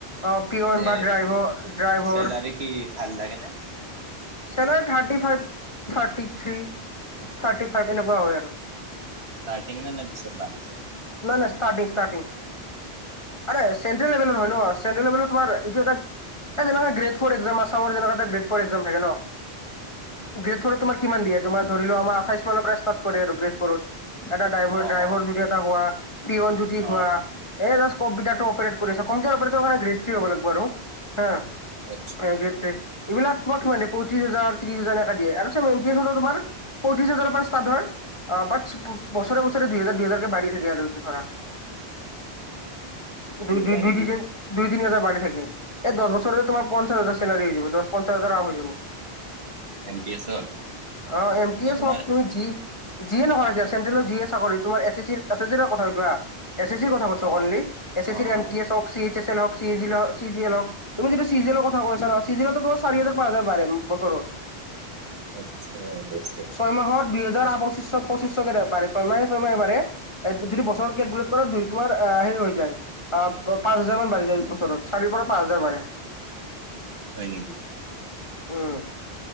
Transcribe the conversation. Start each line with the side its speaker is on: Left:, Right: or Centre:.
Left: অ পিয়ন
Right: মানে
Left: বা ড্ৰাইভ, ড্ৰাইভৰ।
Right: চেলাৰী কি ভাল লাগে নে?
Left: চেল thirty five, thirty three, thirty five, এনেকুৱা হয় আৰু।
Right: ইষ্টাৰ্থিগ নে, নে পিছত বাঢ়ি যায়?
Left: নাই নাই, ষ্টাৰ্টিং ষ্টাৰ্টিং। আৰে চেন্ট্ৰেল লেভেলৰ হয় ন, চেন্ট্ৰেল লেভেলত তোমাৰ, এইটো এটা এ যেনেুৱা গ্ৰেত ফ্ৰত এক্সাম, আচামৰ যেনেকোৱা এটা গ্ৰেট ফৰ এক্সাম থাকে ন। গ্ৰেট ফ'ৰত তোমাৰ কিমান দিয়ে, তোমাৰ ধৰি লোৱা, আমৰ আঠছ মানৰ পৰা ষ্টাৰ্ট কৰে আৰু গ্ৰেত ফ্ৰৰত। এটা ড্ৰাইভ
Right: অ
Left: ড্ৰাইভৰ
Right: অ
Left: যদি এটা হোৱা, পিয়নজ্যোতি
Right: অ
Left: হোৱা এ জাষ্ট কম্পিটাৰটো অপাৰেট কৰি কম্পিটাৰ অপাৰেটৰ কাৰণে গ্ৰেড থ্ৰী হব লাগিব আৰু হা
Right: আচ্ছা
Left: এ গ্ৰেট পেট এইবিলাক তোমাৰ মানে পয়ত্ৰীশ হাজাৰ ত্ৰিছ হাজাৰ হেনকা দিয়ে আৰু চ তোমাৰ- পয়ত্ৰিশ হাজাৰৰ পৰা ষ্টাৰ্ট হয়, বাত বছৰে বছৰে দুহেজাৰ দুহেজাৰ- বাঢ়ি থাকে আৰু ধৰা, দুই
Right: এনেকুৱা
Left: দুই দুই
Right: নেকি
Left: দুদিন- দুই তি হাজাৰ বাঢ়ি থাকে, এই দশ বছৰ তোমাৰ পঞ্চাছ হাজাৰ চেলাৰি হৈ যাব দশ পঞ্চাছ হাজাৰ আৰম হৈ যাব।
Right: এ ন কে এছত।
Left: অ, এম
Right: এনে
Left: টি এ
Right: তোমাৰ
Left: চপ তুমি যি- যিয়ে নয়ইগে চেন্ট্ৰেলৰ যিয়ে চাকৰি তোমাৰ এ চে চিৰ কথা কোৱা- এছ চিৰ কথা কৈছো
Right: অ
Left: অনলি, এছ
Right: অ
Left: ৰ এ
Right: অ
Left: পি এছ হি এই এছ এল হি জি এ হওক। তুমি যিটো চিজেলনৰ কথা কৈছা ন, ছিজেলত তোমাৰি চাৰি হাজাৰ পাঁচ হাজাৰ বাঢ়ে বছৰত।
Right: আচ্ছা বছ।
Left: ছয় মাহত দুহেজাৰ পঁচিছশ পঁচিছশকে বাৰে ছয় মাহে ছয় মাহে বাঢ়ে। যদি বছৰতৰত কেলকুলট কৰা দুইটোৱাৰ আহ হেৰি হৈ যায় আহঁ। পাঁচ হাজাৰ মান বাঢ়ি যায় বছৰত চাৰিৰ পৰা পাঁচ হাজাৰ বাঢ়ে।
Right: হয় নেকি
Left: উম